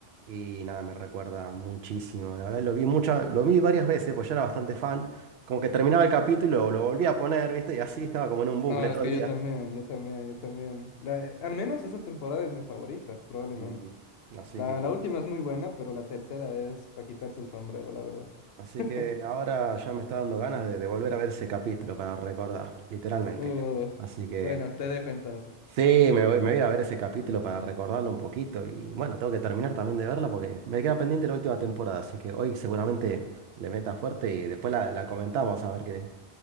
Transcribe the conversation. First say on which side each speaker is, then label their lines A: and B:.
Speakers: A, on the right; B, on the left.
A: Y nada, me recuerda muchísimo. La verdad, lo vi muchas, lo vi varias veces, pues yo era bastante fan. Como que terminaba el capítulo, y lo, lo volvía a poner, ¿viste? Y así estaba como en un bucle
B: No,
A: todo
B: es que
A: el día.
B: yo también, yo también, yo también. La- al menos esa temporada es mi favorita, probablemente.
A: Ujú. Así
B: La,
A: que,
B: la última es muy buena, pero la tercera es para quitarse el sombrero, la verdad.
A: así
B: <laughs>
A: que ahora ya me está dando ganas de, de volver a ver ese capítulo para recordar, literalmente.
B: Uh,
A: Así que
B: bueno, te dejo entonces.
A: sí, me voy, me voy a ver ese capítulo para recordarlo un poquito. Y bueno, tengo que terminar también de verla porque me queda pendiente la última temporada. Así que hoy seguramente le meta fuerte y después la, la comentamos a ver qué,